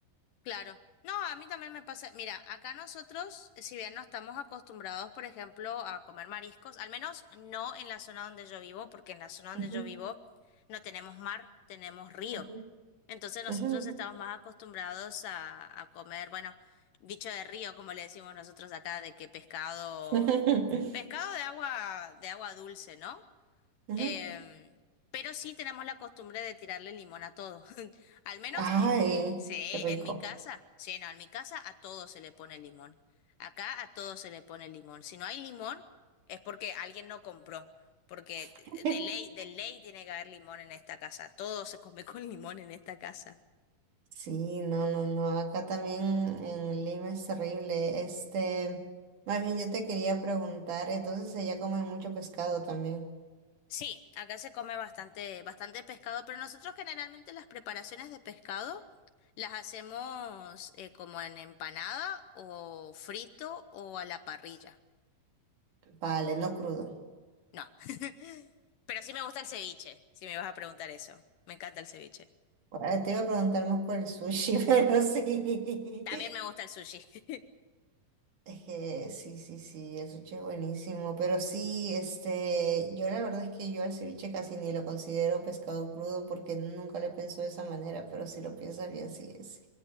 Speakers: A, on the left; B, on the right.
A: claro. No, a mí también me pasa, mira, acá nosotros, eh, si bien no estamos acostumbrados, por ejemplo, a comer mariscos, al menos no en la zona donde yo vivo, porque en la zona donde
B: Ujú,
A: yo vivo no tenemos mar, tenemos río.
B: ujú,
A: Entonces nosotros
B: ujú,
A: estamos más acostumbrados a, a comer, bueno, bicho de río, como le decimos nosotros acá, de que pescado,
B: ujú,
A: pescado
B: <laughs>
A: de agua, de agua dulce, ¿no?
B: ujú.
A: Em, pero sí tenemos la costumbre de tirarle limón a todo. <laughs> Al menos,
B: Ay,
A: eh, eh, sí, en
B: qué rico.
A: mi casa, sí, no, en mi casa a todo se le pone limón. Acá a todo se le pone limón. Si no hay limón, es porque alguien no compró. Porque
B: <laughs>
A: de ley, de ley tiene que haber limón en esta casa. Todo se come <laughs> con limón en esta casa.
B: Sí, no, no, no. Acá también en Lima es terrible. Este, más bien yo te quería preguntar, entonces allá comen mucho pescado también.
A: Sí, acá se come bastante, bastante pescado, pero nosotros generalmente las preparaciones de pescado las hacemos eh, como en empanada o frito o a la parrilla.
B: Vale, no crudo.
A: No, <laughs> pero sí me gusta el ceviche, si me vas a preguntar eso. Me encanta el ceviche.
B: Eh, Te iba a preguntar más por el sushi, <laughs> pero sí.
A: También me gusta el sushi. <laughs>
B: Es que sí, sí, sí, el ceviche es buenísimo, pero sí, este, yo la verdad es que yo al ceviche casi ni lo considero pescado crudo porque nunca lo pienso de esa manera, pero si lo piensas bien, sí es.